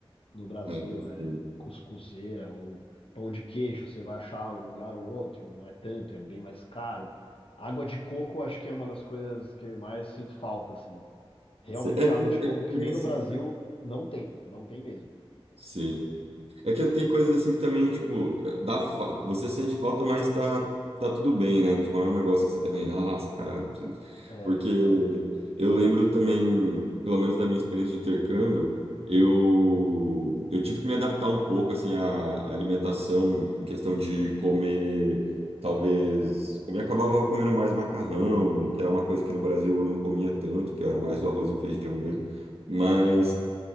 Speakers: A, on the left (about 65°); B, on the right (about 85°).
A: no Brasil,
B: É,
A: né?
B: sei.
A: Cuscuzeira ou pão de queijo, você vai achar em um lugar ou outro, não é tanto, é bem mais caro. Água de coco, acho que é uma das coisas que eu mais sinto falta, assim. Realmente,
B: Sei. É que,
A: água de coco
B: é que,
A: que
B: nem
A: nem
B: assim,
A: no Brasil não tem, não tem mesmo.
B: sim. É que tem coisas assim que também, tipo, dá, fa- você sente falta, mas tá, tá tudo bem, né? Tipo, não é um negócio assim também, nossa, caralho, preciso.
A: É.
B: Porque eu lembro também, pelo menos da minha experiência de intercâmbio, eu, eu tive que me adaptar um pouco, assim, à, à alimentação, em questão de comer, talvez, comer, acabava comendo mais macarrão, que é uma coisa que no Brasil eu não comia tanto, que eu era mais do arroz e feijão mesmo. Mas